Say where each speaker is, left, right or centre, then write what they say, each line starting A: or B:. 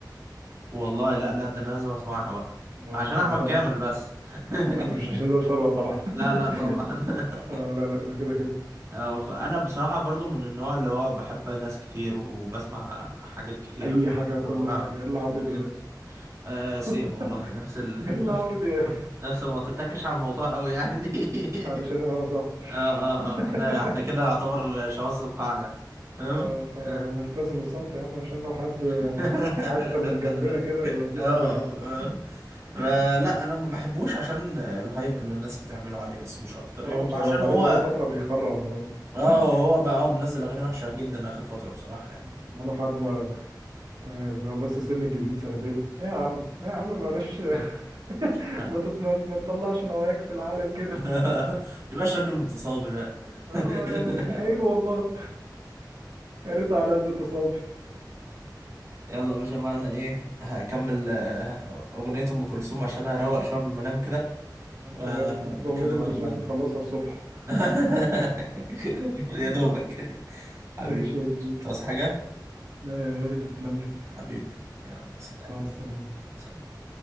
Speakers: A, on the right; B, on the right.
A: والله لا لا ده أنا لازم أسمعها بقى
B: أه
A: عشان
B: كان
A: أحمد
B: عاملها
A: كامل بس <laughs>
B: لا مش عشان زاب ثروت طبعا
A: لا لا طبعا
B: <laughs>
A: <laughs>
B: آه لا لا ده كده كده
A: اه فأنا بصراحة برضو من النوع اللي هو بحب ناس كتير وبسمع حاجات كتير
B: أي حاجة وكل
A: روعة
B: حاجة إلا عمرو
A: بالظبط
B: دياب
A: آه
B: <laughs>
A: سيم والله نفس ال...
B: الا
A: <laughs> نفس
B: عمرو دياب
A: نفسه ما تتكش على الموضوع قوي يعني
B: <laughs> علشان
A: <laughs>
B: اه صح
A: اه اه
B: <laughs>
A: اه احنا احنا كده يعتبر شواذ القاعدة فاهم
B: اه فانا
A: اه
B: هلتزم الصمت يا عم عشان لو حد
A: <laughs>
B: عدى من جنبنا كده يودينا
A: اه اه
B: في داهية
A: آه. فلا
B: <laughs> عد-
A: انا ما بحبوش عشان الهايب اللي الناس بتعمله عليه بس مش اكتر
B: وانا بصراحة
A: وعشان
B: وبعدين
A: هو
B: بقاله فترة بيخرف برضه
A: اه
B: <laughs>
A: هو بقى اه منزل اغاني وحشة جدا اخر فترة بصراحة يعني
B: بقاله حبة آه، لو بس سن جديد سنتين إيه يا عم إيه يا عم بلاش <laughs>
A: عارف.
B: ما تط- ما ما تطلعش نواياك في العالم كده
A: <laughs> متبقاش راجل متصابي بقى
B: <laughs> اه
A: <laughs>
B: يعني عيب والله يا ريت على قد تصابي
A: يلا يا باشا معنا ايه هكمل آه، اغنية ام كلثوم عشان اروق شوية قبل ما انام كده
B: انت
A: آه، بكلمك
B: أنت اغنية ام كلثوم
A: بعدين
B: دي تخلصها الصبح
A: <laughs>
B: <laughs>
A: يا
B: آه،
A: دوبك حبيبي
B: ماشي يا كبير.
A: تعوز حاجة
B: لا يا غالي تسلم لي
A: حبيبي يلا سلام
B: مع السلامة
A: سلام.